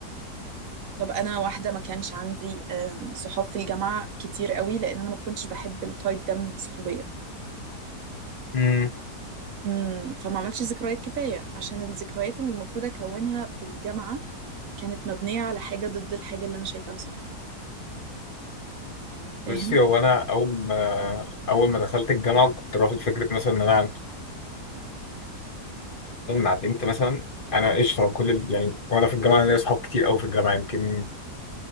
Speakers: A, on the right; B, on the left.
A: طب انا واحده ما كانش عندي آم، صحاب في الجامعه كتير قوي لان انا ما كنتش بحب التايب ده من الصحوبيه
B: امم
A: امم فما عملتش ذكريات كفايه عشان الذكريات اللي المفروض اكونها في الجامعه كانت مبنيه على حاجه ضد الحاجه اللي انا شايفاها صح فاهم
B: بصي هو أنا أول ما أول ما دخلت الجامعة كنت رافض فكرة مثلا إن أنا أعمل مع بنت مثلا أنا قشطة كل ال- يعني وأنا في الجامعة أنا ليا صحاب كتير أوي في الجامعة يمكن